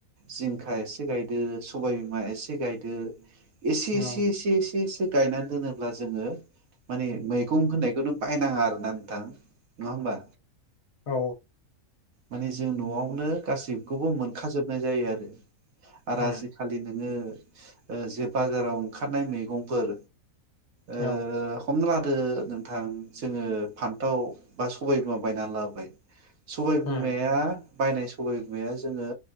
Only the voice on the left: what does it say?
औ उम औ
औ
उम
औ
उम